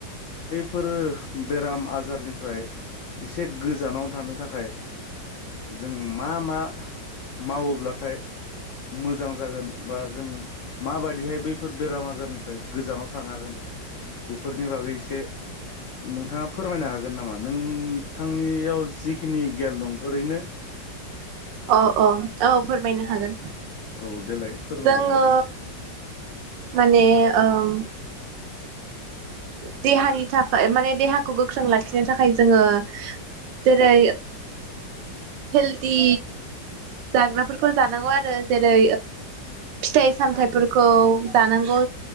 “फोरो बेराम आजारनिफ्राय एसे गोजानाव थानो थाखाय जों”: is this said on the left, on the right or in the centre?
Left